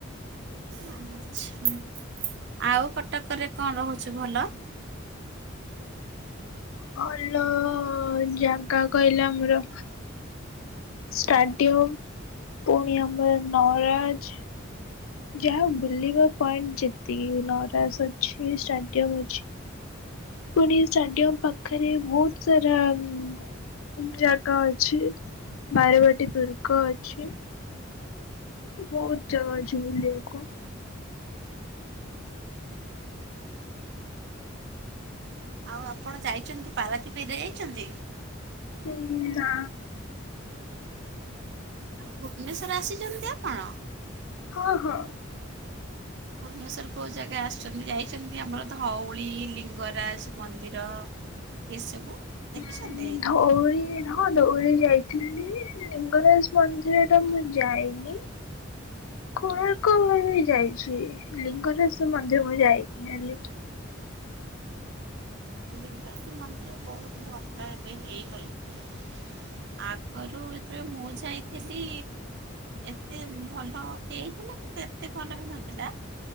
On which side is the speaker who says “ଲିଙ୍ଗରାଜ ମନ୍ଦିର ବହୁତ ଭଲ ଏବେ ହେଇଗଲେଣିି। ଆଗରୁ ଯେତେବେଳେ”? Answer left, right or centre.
Right